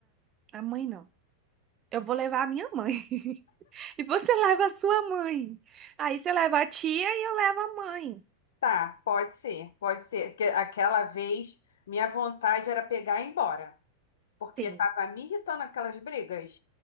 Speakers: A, on the right (about 30°); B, on the left (about 60°).
A: a a mãe não. Eu vou levar a minha mãe. <laughs> E você leva a sua mãe. Aí você leva a tia e eu levo a mãe.
B: Tá, pode ser, pode ser. Porque aquela vez minha vontade era pegar e ir embora, porque
A: Sim.
B: tava me irritando aquelas brigas.